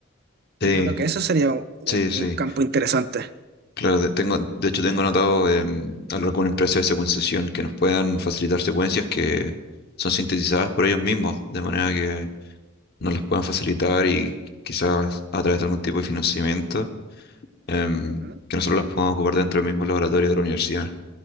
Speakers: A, on the left (about 55°); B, on the right (about 55°).
A: Sí,
B: Yo creo que eso sería un,
A: sí, sí.
B: un campo interesante.
A: Claro, de- tengo, de hecho tengo anotado em, hablar con una empresa de secuenciación que nos puedan facilitar secuencias que son sintetizadas por ellos mismos, de manera que nos las puedan facilitar y quizás a través de algún tipo de financiamiento em,
B: Ujú.
A: que nosotros las podamos ocupar dentro del mismo laboratorio de la universidad.